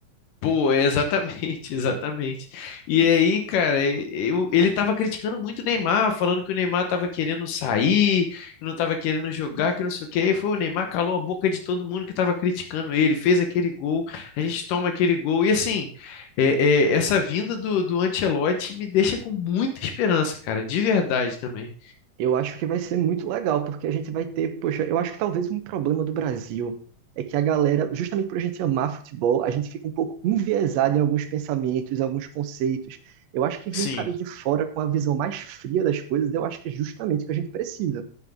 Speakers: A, on the left; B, on the right.
A: Pô, exatamente, <laughs> exatamente. E aí, cara, eu- ele tava criticando muito o Neymar, falando que o Neymar tava querendo sair, que não tava querendo jogar, que não sei o quê. E foi o Neymar, calou a boca de todo mundo que tava criticando ele, fez aquele gol, a gente toma aquele gol. E assim, é- é, essa vinda do, do Ancelotti me deixa com muita esperança, cara, de verdade também.
B: Eu acho que vai ser muito legal, porque a gente vai ter, poxa, eu acho que talvez um problema do Brasil é que a galera, justamente por a gente amar futebol, a gente fica um pouco enviesado em alguns pensamentos, alguns conceitos. Eu acho que vir
A: Sim,
B: um cara de fora com a visão mais fria das coisas, eu acho que é justamente o que a gente precisa.